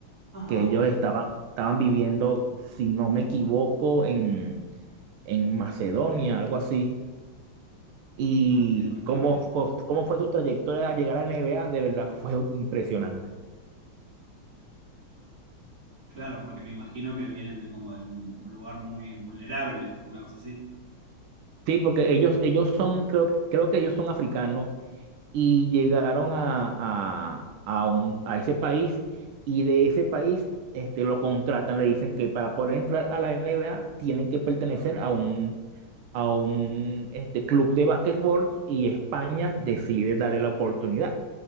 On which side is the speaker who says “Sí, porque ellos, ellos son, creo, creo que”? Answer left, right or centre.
Right